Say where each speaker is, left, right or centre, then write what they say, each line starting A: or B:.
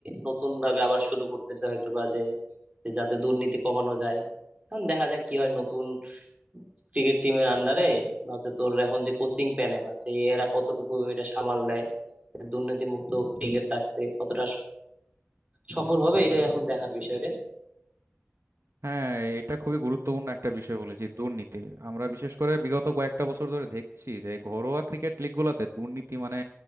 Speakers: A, on the right (about 30°); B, on the right (about 75°).
A: নতুন ভাবে আবার শুরু করতেছে হয়তো বা যে যে যাতে দুর্নীতি কমানো যায় এখন দেখা যাক কি হয় নতুন ক্রিকেট টিমের আন্ডারে বা হচ্ছে তোর এখন যে কোচিং প্যানেল আছে এরা কতটুকু এটা সামাল দেয় দুর্নীতি মুক্ত ক্রিকেট রাখতে কতটা সফল হবে এটা এখন দেখার বিষয় রে
B: হ্যাঁ এটা খুবই গুরুত্বপূর্ণ একটা বিষয় বলেছি দুর্নীতি আমরা বিশেষ করে বিগত কয়েকটা বছর ধরে দেখছি যে এই ঘরোয়া ক্রিকেট লিগগুলোতে দুর্নীতি মানে